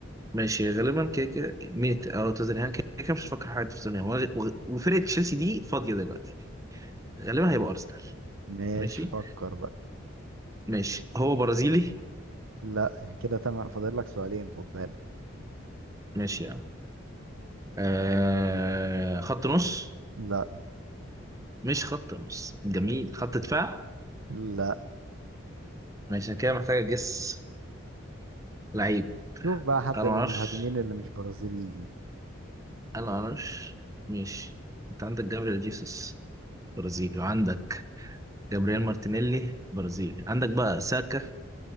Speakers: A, on the right; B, on the right.
A: ماشي غالبا كده كده ميت اه توتنهام كده كده مش هتفكر حاجة في توتنهام وغ- وغ- وفرقة تشيلسي دي فاضية دلوقتي غالبا هيبقى أرسنال
B: <laughs> ماشي
A: ماشي
B: فكر بقى
A: ماشي هو برازيلي
B: لا كده تمام فاضل لك سؤالين خد بالك
A: ماشي يا عم آه خط نص
B: لا
A: مش خط نص جميل خط دفاع
B: لا
A: ماشي أنا كده محتاج أجس لعيب
B: شوف بقى حد
A: أنا معرفش
B: من المهاجمين اللي مش برازيليين
A: أنا معرفش ماشي أنت عندك جابريل جيسوس برازيلي وعندك جابرييل مارتينيلي برازيلي عندك بقى ساكا